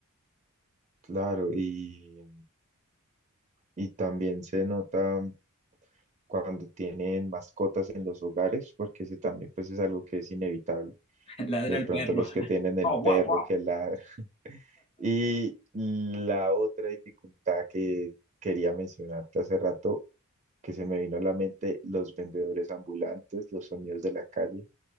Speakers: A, on the right; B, on the left.
A: claro, y y también se nota cuando tienen mascotas en los hogares, porque ese también pues es algo que es inevitable.
B: <laughs> Ladra
A: De
B: el
A: pronto
B: perro.
A: los
B: <laughs>
A: que tienen el
B: Oh,
A: perro
B: wow, wow.
A: que ladra. <laughs> Y la otra dificultad que quería mencionarte hace rato, que se me vino a la mente, los vendedores ambulantes, los sonidos de la calle.